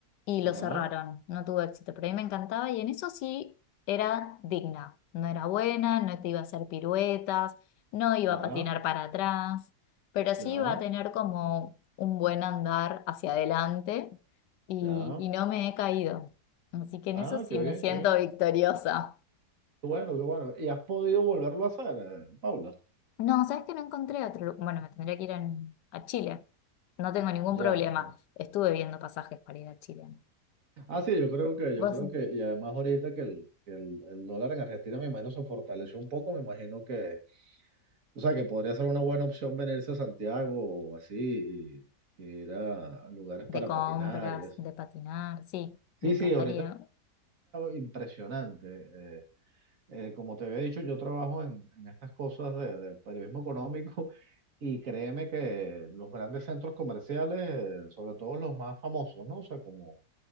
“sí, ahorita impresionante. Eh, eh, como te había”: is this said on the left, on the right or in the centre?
Right